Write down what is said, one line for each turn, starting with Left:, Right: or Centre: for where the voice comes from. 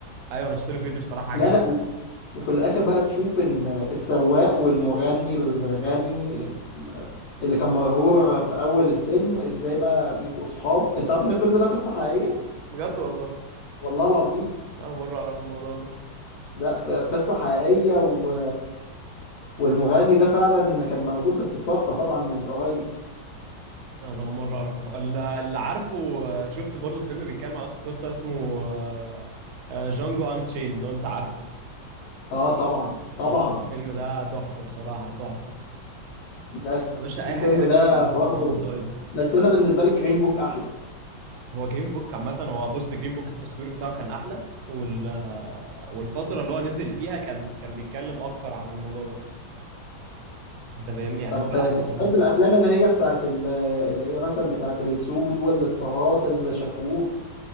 Right: ايوه انا شفت له فيديو بصراحه عجبني
Left: لا لا و... وفي الاخر بقى تشوف ان السواق والمغني الغني ال- اللي كان مرور في اول الفيلم ازاي بقى بيبقوا صحاب انت عارف ان الفيلم ده قصة حقيقية
Right: بجد والله
Left: والله العظيم
Right: اول مره اعرف الموضوع ده
Left: ده ف- قصة حقيقية و... والمغني ده فعلا كان موجود بس اتوفى طبعا من قريب
Right: انا اول مره اعرف الحوار اللي اللي عارفه آه، شفت برضو فيلم بيتكلم على نفس القصه اسمه آه، آه، جانجو ان تشين لو انت عارفه
Left: اه طبعا طبعا
Right: آه، الفيلم ده تحفه بصراحه تحفه
Left: لا،
Right: بص يا باشا اي
Left: الفيلم
Right: حاجه
Left: ده
Right: اكشن
Left: برضه
Right: بصراحه ما طيب
Left: بس انا بالنسبه لي جرين بوك احلى
Right: هو جرين بوك عامه هو بص جرين بوك التصوير بتاعه كان احلى وال والفتره اللي هو نزل فيها كان كان بيتكلم اكتر عن الموضوع ده انت فاهمني يعني
Left: طب
Right: هو
Left: انت
Right: لا
Left: بتحب
Right: هو- يعني
Left: الافلام اللي هي بتاعت ال- اللي هي مثلا بتاعت السود والاضطهاد اللي شافوه